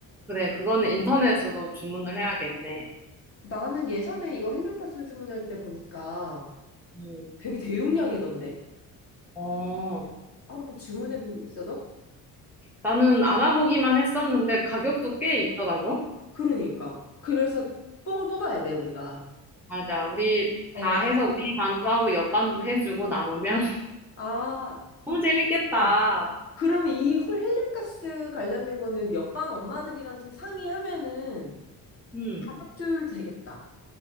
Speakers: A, in the centre; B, on the left.
A: 그래, 그거는 인터넷으로 주문을 해야겠네.
B: 나는 예전에 이거 헬륨가스 주문할 때 보니까
A: 음,
B: 되게 대용량이던데.
A: 어,
B: 한번 주문해 본 적 있어, 너?
A: 나는 알아보기만 했었는데 가격도 꽤 있더라고.
B: 그러니까. 그래서 뽕을 뽑아야 돼, 우리가.
A: 맞아. 우리
B: 어.
A: 다 해서 우리 반도 하고 옆 반도 해주고 남으면 <laughs>
B: 아,
A: 너무 재밌겠다.
B: 어. 그러면 이 홀- 헬륨가스 관련된 거는 옆반 엄마들이랑 좀 상의하면은
A: 음,
B: 가격 조율 되겠다.